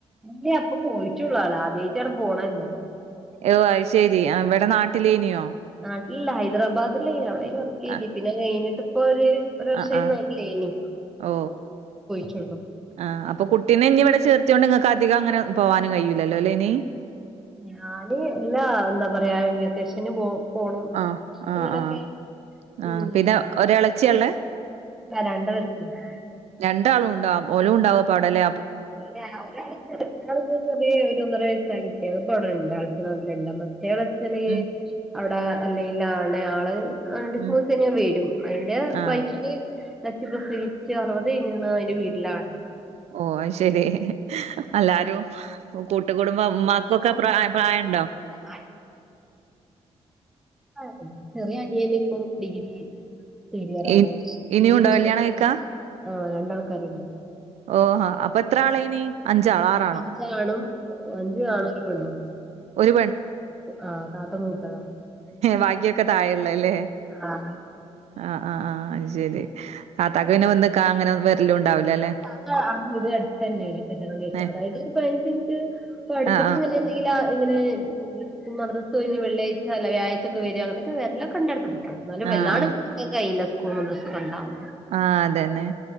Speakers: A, in the centre; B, on the right.
A: ല്ല ഇപ്പൊ പോയിട്ടുള്ളു ആള് ആദ്യയിട്ടാണ് പോണന്നെ
B: ഓ അഹ്ശരി ഇവിടെ നാട്ടിലേനിയോ
A: നാട്ടില്ല ഹൈദറാബാദല്ലേനു അവിടെ വർക്ക് ചെയ്തെ
B: ആ
A: പിന്നെ കഴിഞ്ഞിട്ട്പ്പ ഒരു വർഷിയി
B: ആ ആ
A: ലേനു
B: ഓ
A: ചോ
B: ആഹ അപ്പോ കുട്ടീനെ ഇനി ഇവിടെ ചേർത്തൊണ്ട് ഇങ്ങക്ക് അധികം അങ്ങനെ പോവാനും കയൂലല്ലോ അല്ലേ ഇനി
A: ഞാന് അല്ലാ എന്താ പറയാ വെക്കേഷന് പോകും പോണം
B: ആ ആ
A: അങ്ങനൊക്കെ
B: ആ ആ
A: മ്
B: പിന്നെ ഒരെളച്ചിയാ ഇള്ളേ
A: രണ്ടണത്തിനെ
B: രണ്ടാളും ഉണ്ടോ ഓലുണ്ടാവും അപ്പൊ അവിടലെ
A: പിന്നെ അ ഒരാള് ഇങ്ങക്ക് ഒന്നര വയസ്സായിട്ട് അവിടെപ്പണ്ട് അൾച്ച നോട്ടിലണ്ട് മറ്റാള് അ
B: ഉം
A: അവിടെ അല്ലെയ്നില് ആടെ ആള് രണ്ട് സമൂ
B: ഉം
A: തന്നെയഞാൻ വരും അതിന്റെ
B: ആ
A: വയ. നച്ചിപസിേച്ച് അറുപത് കഴിഞ്ഞ് അതിന്റെ വീട്ടിലാണ്..
B: ഓ ശരി എല്ലാരും കൂട്ട് കുടുംബമാ ഇമ്മ നക്കൊക്കെ പ്രായം പ്രായം ഉണ്ടോ
A: ആഹ് ആഹാ ചെറിയ അനിയന ഇപ്പോ ഡിഗ്രി കഴിഞ്ഞു തേടിയറാണ്
B: ഇ ഇനിയും
A: ഇനിം
B: ഉണ്ടോ
A: ഉണ്ട്
B: കല്യാണം കഴിക്കാ
A: രണ്ടാൾക്കാർ
B: ഓഹ് അപ്പൊ എത്ര ആളേന് അഞ്ചാ ആറ്
A: അഞ്ച് ആണും അഞ്ച് ആണും ഒരു പെണ്ണും
B: ഒരു
A: ആഹ് താത്ത മൂത്തതാ
B: ബാഗ്യൊക്കെ താഴെയള്ളല്ലേ
A: ആഹ്
B: ആഹ് ആഹ ആഹ് അ ശെരി താത്താക്ക് പിന്നെ വന്ന് നിക്കാൻ അങ്ങനെ വെരലും ഉണ്ടാവില്ല അല്ലെ..
A: ആ ഇത് അടുത്ത് തന്നെയാണ് ചല്ലം
B: ഏഹ്
A: അതായത് ഒരു പതിനഞ്ച്മിനിറ്റ് ഇ അടക്കിടക്ക
B: ആഹ്
A: എന്തെങ്കില ഇങ്ങനെ മദസ്സ് കഴിഞ്ഞ് വെള്ളിയാഴ്ച അല്ല വ്യഴ്ചക്ക വര അങ്ങനൊക്കെ വരെല്ല കണ്ട് എന്നാലും
B: ആഹ് ആഹ്
A: വല്ലാണങ്കക്ക കയില്ല സ്കൂൾ ഡ്രസ്സ് കണ്ടാവ
B: ആ അതന്നെ